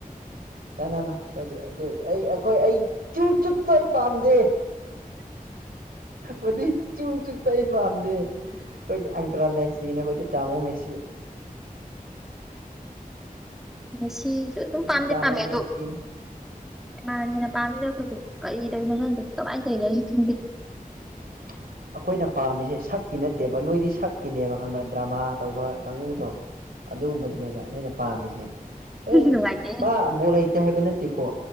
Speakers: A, on the right (about 85°); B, in the centre.
A: ꯀꯅꯥꯅ ꯍꯥꯏꯣꯏꯗꯤ ꯑꯗꯨ ꯑꯩ ꯑꯩꯈꯣꯏ ꯑꯩ ꯆꯨ ꯆꯨꯠꯇꯣ ꯑꯩ ꯄꯥꯝꯗꯦ ꯄꯊ ꯆꯨ ꯆꯨꯇꯥ ꯍ ꯄꯥꯝꯗ ꯑꯩꯣꯏꯗꯤ ꯑꯟꯀꯔꯥ ꯃꯦꯁꯤꯅꯦ ꯑꯩꯣꯏꯗꯤ ꯇꯃꯣ ꯃꯦꯁꯤ
B: ꯃꯁꯤꯁꯨ ꯑꯗꯨꯝ
A: ꯑꯩꯈꯣꯏꯗꯤ
B: ꯄꯥꯝꯗꯤ
A: ꯇꯥꯃꯣ
B: ꯄꯥꯝꯃꯦ
A: ꯃꯦꯁꯤꯅꯦ
B: ꯑꯗꯣ ꯃꯥꯅ ꯃꯅ ꯄꯥꯝꯃꯤꯔꯗꯤ ꯀꯔꯤ ꯇꯧ ꯅ ꯈꯟꯇ ꯀꯃꯥꯏꯅ ꯇꯧꯟ
A: <inaudible> ꯑꯩꯈꯣꯏꯅ ꯄꯥꯝꯃꯤꯁꯦ ꯁꯛꯀꯤ ꯅꯠꯇꯦꯕ ꯅꯣꯏꯗꯤ ꯁꯛꯀꯤꯅꯦꯕ ꯈꯪꯕ ꯗ꯭ꯔꯃꯥ ꯇꯧꯕ ꯀꯥꯡꯨꯗꯣ ꯑꯗꯨꯒꯨꯝꯕꯗꯨꯅꯦꯕ ꯅꯣꯏꯅ ꯄꯥꯝꯃꯤꯁꯦ ꯍ
B: ꯅꯨꯡꯉꯥꯏꯇꯦ
A: ꯃꯥ ꯕꯣꯜ ꯍꯩꯇꯦ ꯍꯥꯏꯕ ꯅꯠꯇꯦꯀꯣ